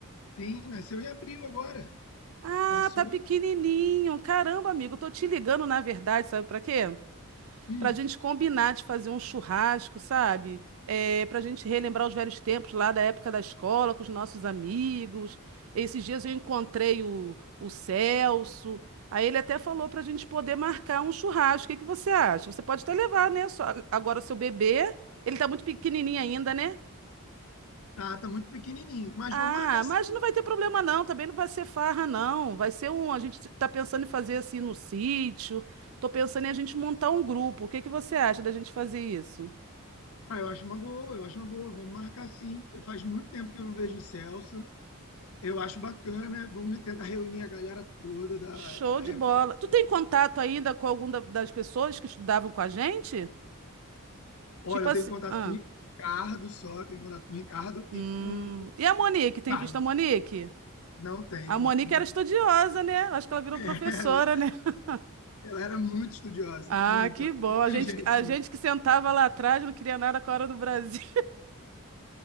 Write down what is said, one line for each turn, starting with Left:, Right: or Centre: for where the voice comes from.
Left: Sim, nasceu em abril agora.
Right: Ah,
Left: Passou.
Right: tá pequenininho. Caramba, amigo, eu tô te ligando na verdade, sabe pra quê?
Left: Hum,
Right: para a gente combinar de fazer um churrasco, sabe? É, para a gente relembrar os velhos tempos lá da época da escola, com os nossos amigos. Esses dias eu encontrei o, o Celso. Aí ele até falou para a gente poder marcar um churrasco. O que que você acha? Você pode até levar,
Left: tá,
Right: né? Só, agora seu bebê, ele tá muito pequenininho ainda, né?
Left: tá tá muito pequenininho, mas
Right: Ah,
Left: vamos marcar sim.
Right: mas não vai ter problema não, também não vai ser farra não, vai ser um, a gente tá pensando em fazer assim no sítio, tô pensando em a gente montar um grupo, o que que você acha da gente fazer isso?
Left: Ah, eu acho uma boa, eu acho uma boa. Vamos marcar sim. Faz muito tempo que eu não vejo o Celso. Eu acho bacana. Vamos tentar reunir a galera toda da,
Right: Show
Left: da
Right: de
Left: época.
Right: bola. Tu tem contato ainda com alguma da- das pessoas que estudavam com a gente?
Left: Olha,
Right: Tipo
Left: eu
Right: assim.
Left: tenho contato
Right: Ah,
Left: com o Ricardo só, tenho contato com o Ricardo
Right: hum.
Left: e com o
Right: E a Monique? Tem
Left: Carlos.
Right: visto a Monique?
Left: Não tenho
Right: A
Left: visto
Right: Monique
Left: o Monique.
Right: era estudiosa, né? Acho que ela virou
Left: <laughs>
Right: professora, né? <laughs>
Left: Ela era muito estudiosa,
Right: Ah,
Left: muito,
Right: que
Left: ela era
Right: bom.
Left: muito inteligente.
Right: A gente, a gente
Left: né?
Right: que sentava lá atrás não queria nada com a hora do Brasil.